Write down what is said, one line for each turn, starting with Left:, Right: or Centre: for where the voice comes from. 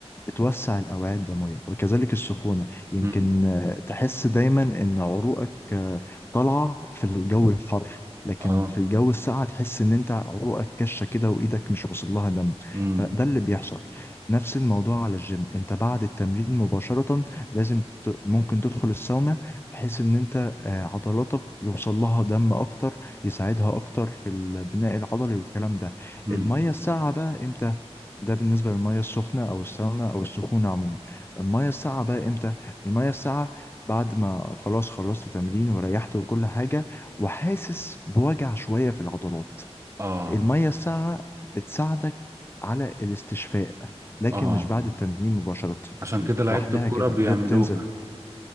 Left: بتوسع الأوعية الدموية وكذلك السخونة يمكن
Right: امم
Left: آه، تحس دايما إن عروقك آه، طالعة في الجو الحر لكن
Right: اه
Left: في الجو الساقع تحس إن أنت عروقك كشة كده وإيدك مش واصل لها دم
Right: امم
Left: فده اللي بيحصل نفس الموضوع على الجيم أنت بعد التمرين مباشرة لازم ت... ممكن تدخل الساونا بحيث إن أنت آه، عضلاتك يوصل لها دم أكتر يساعدها أكتر في البناء العضلي والكلام ده
Right: امم
Left: المية الساقعة بقى إمتى؟ ده بالنسبة للمية السخنة أو الساونا أو السخونة عموما المية الساقعة بقى إمتى؟ المية الساقعة بعد ما خلاص خلصت تمرين وريحت وكل حاجة وحاسس بوجع شوية في العضلات
Right: اه
Left: المية الساقعة بتساعدك على الاستشفاء لكن
Right: اه
Left: مش بعد التمرين مباشرة
Right: عشان كده لعيبة
Left: لوحدها
Right: الكرة
Left: كده
Right: بيعملوها
Left: بتنزل